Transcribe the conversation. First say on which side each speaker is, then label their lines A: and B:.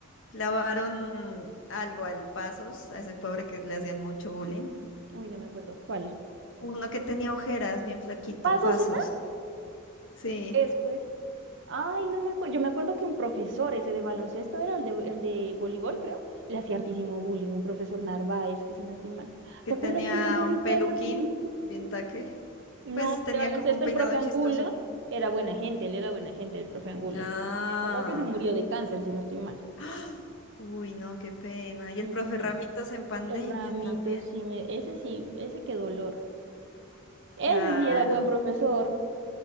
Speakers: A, on the left (about 65°); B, on the right (about 60°).
A: clavaron algo al Pasos, a ese pobre que le hacían mucho bullying.
B: Uy, no me acuerdo. ¿Cuál?
A: Uno que tenía ojeras, bien flaquito,
B: ¿Pasos
A: Pasos.
B: era?
A: Sí.
B: Después. Ay, no me acuerdo. Yo me acuerdo que un profesor, ese de baloncesto era el de, el de voleibol, creo, le hacía hartísimo bullying, un profesor Narváez, que si no estoy mal.
A: que
B: ¿Te
A: tenía
B: acuerdas que lo molestaba
A: un peluquín,
B: hartísimo?
A: bien taque.
B: No,
A: Pues
B: el
A: tenía
B: de baloncesto,
A: como un peinado
B: el profe Angulo,
A: chistoso.
B: era buena gente, él era buena gente, el profe Angulo.
A: Ah.
B: Eh, ¿Cómo que se murió de cáncer, si no estoy mal?
A: <gasps> ¡Ah! Uy, no, qué pena. Y
B: Sí
A: el
B: me
A: profe
B: suena.
A: Ramitos en pandemia
B: El Ramito,
A: también.
B: sí me... Ese sí, ese qué dolor. Ese
A: Claro.
B: sí era buen profesor.